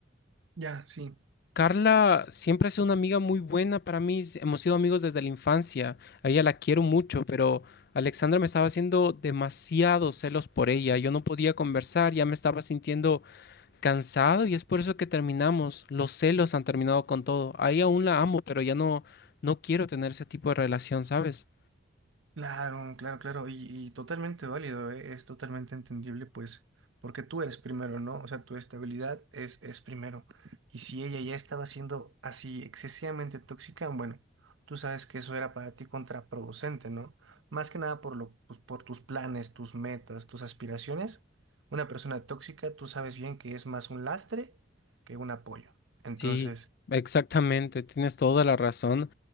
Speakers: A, on the right; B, on the left.
A: Ya, sí.
B: Carla siempre ha sido una amiga muy buena para mí. s- Hemos sido amigos desde la infancia. A ella la quiero mucho, pero Alexandra me estaba haciendo demasiados celos por ella. Yo no podía conversar, ya me estaba sintiendo cansado y es por eso que terminamos. Los celos han terminado con todo. Ahí aún la amo, pero ya no, no quiero tener ese tipo de relación, ¿sabes?
A: Claro, claro, claro, y, y totalmente válido, ¿eh? Es totalmente entendible, pues, porque tú eres primero, ¿no? O sea, tu estabilidad es, es primero. Y si ella ya estaba siendo así excesivamente tóxica, bueno, tú sabes que eso era para ti contraproducente, ¿no? Más que nada por lo, pues, por tus planes, tus metas, tus aspiraciones. Una persona tóxica, tú sabes bien que es más un lastre que un apoyo. Entonces...
B: Sí, exactamente, tienes toda la razón,